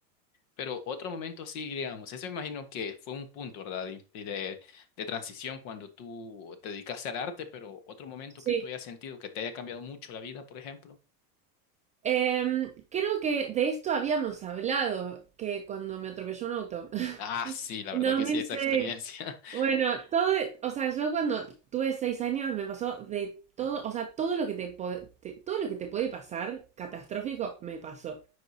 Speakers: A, on the left; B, on the right.
A: Pero otro momento sí, digamos, eso me imagino que fue un punto, ¿verdad? Y- y De, de, transición cuando tú te dedicaste al arte, pero otro momento
B: Sí.
A: que tú hayas sentido que te haya cambiado mucho la vida, por ejemplo.
B: Em, creo que de esto habíamos hablado, que cuando me atropelló un auto.
A: Ah, sí, la
B: dos
A: verdad que
B: mil
A: sí, esa
B: seis
A: experiencia.
B: Bueno,
A: <laughs>
B: todo, o sea, yo cuando tuve seis años me pasó de todo, o sea, todo lo que te, po- te- todo lo que te puede pasar catastrófico me pasó.